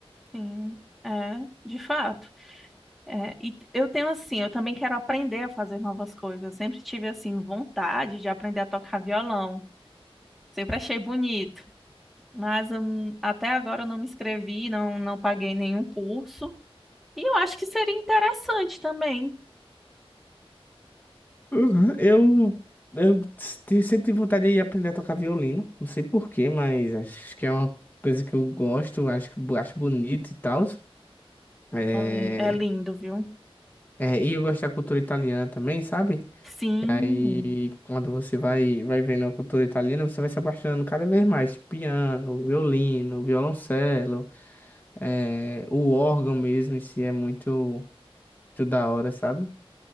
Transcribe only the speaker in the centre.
Sim, é, de fato. É, e t- eu tenho assim, eu também quero aprender a fazer novas coisas. Eu sempre tive assim vontade de aprender a tocar violão. Sempre achei bonito. mas hum, até agora eu não me inscrevi, não, não paguei nenhum curso. E eu acho que seria interessante também.
São lin- É lindo, viu?
Sim.